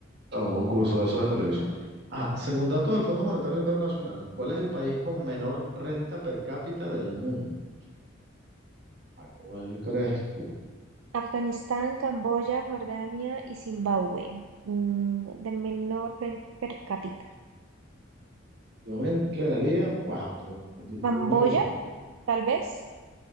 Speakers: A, on the right; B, on the right.
A: a un concurso de esos de televisión. Ajá, según datos del Fondo Monetario Internacional, ¿cuál es el país con menor renta per cápita del mundo? ¿A cuál crees tú?
B: Afganistán, Camboya, Jordania y Zimbabue. Mm, de menor renta per cápita.
A: Yo me inclinaría, pues, ajá, pero di tú
B: Camboya,
A: primario yo.
B: tal vez.